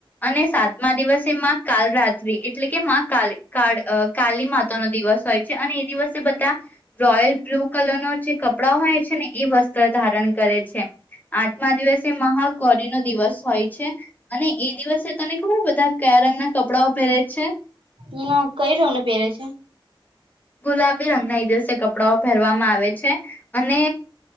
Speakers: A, on the left; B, on the right.
A: અને સાતમા દિવસે મા કાલ રાતિ એટલે કે કા કા કાલી માતા નો દિવસ હોય છે અને એ દિવસે બધા રોયલ બ્લુ કલર ન જે કપડાં હોય છે ને એ વસ્તુ ધારણ કરે છે આઠમા દિવસે મહાકૌરી નો દિવસ હોય અને એ દિવસે તને ખબર બધા કયા રંગના કપડાઓ પહેરે છે.
B: એના કય રમને પહેરે છે?
A: ગુલાબી રંગના દિવસે કપડાઓ પહેરવામાં આવે છે. અને